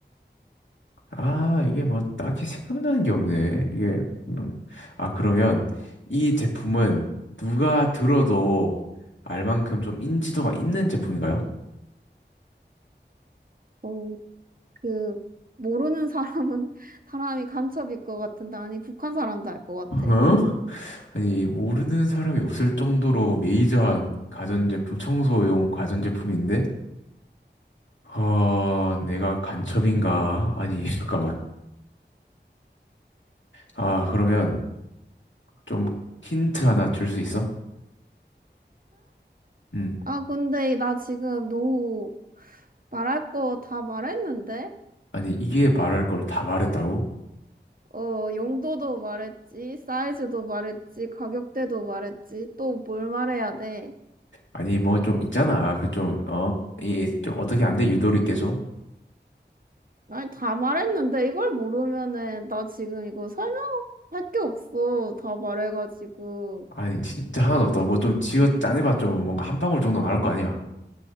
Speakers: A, on the left (about 85°); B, on the right (about 50°).
A: 아, 이게 뭐 딱히 생각나는 게 없네. 이게, 음. 아, 그러면 이 제품은 누가 들어도 알 만큼 좀 인지도가 있는 제품인가요?
B: 어, 그, 모르는 사람은, <laughs> 사람이 간첩일 것 같은데, 아니, 북한 사람도 알 것 같아.
A: 어?
B: 네?
A: 아니, 모르는 사람이 없을 정도로 메이저한 가전제품, 청소용 가전제품인데? 어, 내가 간첩인가? 아니, <laughs> 잠깐만. 아, 그러면 좀 힌트 하나 줄 수 있어? 음.
B: 아, 근데 나 지금 너무 말할 거 다 말했는데?
A: 아니, 이게 말할 걸 다 말했다고?
B: 어, 용도도 말했지, 사이즈도 말했지, 가격대도 말했지, 또 뭘 말해야 돼?
A: 아니, 뭐 좀 있잖아. 그 좀, 어? 이 좀 어떻게 안 돼? 유도리 있게 좀?
B: 아니, 다 말했는데 이걸 모르면은 나 지금 이거 설명할 게 없어. 다 말해가지고
A: 아니, 진짜 하나도 없다고. 뭐 좀 지어 짜내봐 좀 뭔가 한 방울 정도 나올 거 아니야.